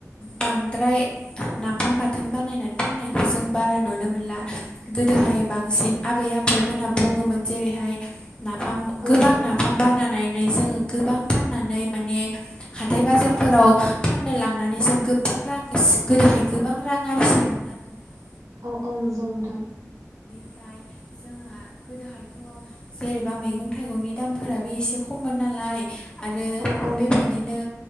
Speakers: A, on the left; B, on the right.
A: बांद्राय नाफाम बाथोन बनानै फनाय जों बारा नुनो मोनला गोदोहाय बांसिन आबै आबौमोना बुङो जेरैहाय नाफाम
B: औ
A: गोबां
B: नंगौ
A: नाफाम
B: नोंथां।
A: बानायनानै जोङो नाफाम फैनानै माने हाथाय बाजारफोराव फान्नो लानानै जों गोबां रां दहाय गोबां रां आरजि मोन आरो नोंथां
B: औ औ नंगौ नोंथां
A: ओमफ्राय जोंहा गोदोहायथ' जेनेबा मैगं थाइगंनि दामफोराबो एसे खममोन नालाय लाय आरो
B: औ औ
A: बेबायदिनो
B: नंगौ